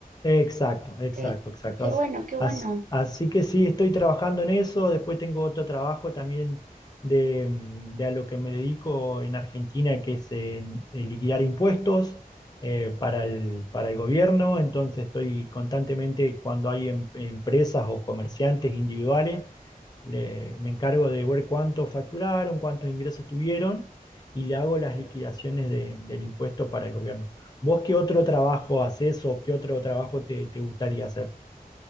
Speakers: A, on the left; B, on the right.
A: Exacto, exacto,
B: Qué,
A: exacto.
B: qué
A: As-
B: bueno, qué bueno.
A: as- así que sí, estoy trabajando en eso. Después tengo otro trabajo también de, mm, de a lo que me dedico en Argentina, que es en, en liquidar impuestos eh, para el, para el gobierno. Entonces estoy constantemente cuando hay em- empresas o comerciantes individuales le- me encargo de ver cuánto facturaron, cuántos ingresos tuvieron y le hago las liquidaciones de- del impuesto para el gobierno. ¿Vos qué otro trabajo haces o qué otro trabajo te, te gustaría hacer?